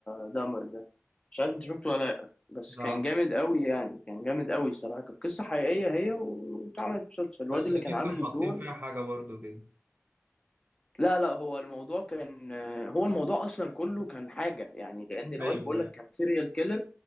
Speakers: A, on the left; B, on the right.
A: دامر ده مش عارف انت شفته ولا لأ، بس كان
B: اه
A: جامد قوي يعني كان جامد قوي الصراحه كانت قصه حقيقيه هي و- واتعملت مسلسل الواد
B: بس
A: اللي
B: أكيد
A: كان عامل
B: كانوا حاطين
A: الدور
B: فيها حاجة برضو كده
A: لا لا هو الموضوع كان هو الموضوع اصلا كله كان حاجه يعني لان الواد
B: ايوه
A: بقول
B: ايوه
A: لك كان سيريال كيلر